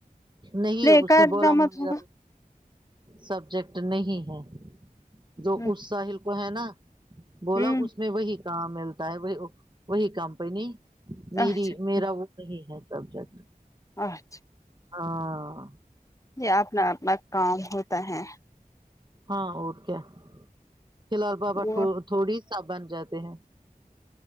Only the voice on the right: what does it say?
نہیں
اس
نے بولا
مجھے
اب سبجیکٹ نہیں ہے جو
اس ساحل کو ہے نا بولا
اس وہی کام ملتا ہے وہ وہی کمپنی میری
میرا وہ وہی ہے سبجیکٹ
ہاں
ہاں اور کیا فی الحال بابا
تھو تھوڑی سا بن جاتے ہیں